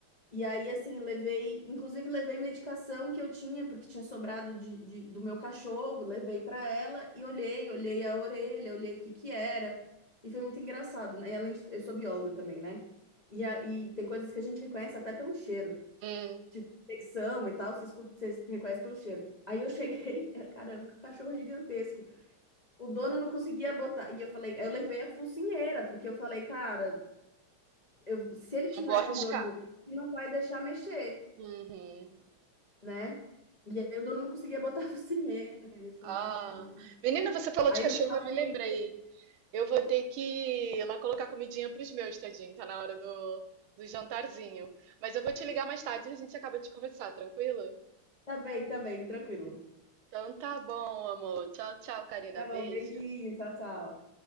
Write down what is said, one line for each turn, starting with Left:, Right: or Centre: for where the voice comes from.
Left: E aí, assim, levei, inclusive levei medicação que eu tinha, porque tinha sobrado de, de- do meu cachorro, levei pra ela e olhei, olhei a orelha, olhei o que que era. E foi muito engraçado, né? E além de, eu sou bióloga também, né? E, a, e tem coisas que a gente reconhece até pelo cheiro,
Right: Hum,
Left: tipo infecção e tal, você escuta, você reconhece pelo cheiro. Aí eu cheguei, <laughs> era- cara, era um cachorro gigantesco. O dono não conseguia botar. E eu falei, eu levei a focinheira, porque eu falei, cara, eu- se ele tiver
Right: não vou arriscar.
Left: com dor de ouvido, ele não vai deixar mexer.
Right: Uhum.
Left: né? E aí o dono não conseguia botar <laughs> a focinheira. E eu falei,
Right: Ah,
Left: puta merda.
Right: menina, você falou
Left: Aí
Right: de cachorro,
Left: no final
Right: eu me
Left: fui
Right: lembrei.
Left: eu,
Right: Eu vou ter que ir lá colocar comidinha pros meus, tadinho. Tá na hora do, do jantarzinho. Mas eu vou te ligar mais tarde e a gente acaba de conversar, tranquilo?
Left: tá bem, tá bem, tranquilo.
Right: Então tá bom, amor. Tchau, tchau, Karina.
Left: Tá
Right: Beijo.
Left: bom, beijinho, tchau, tchau.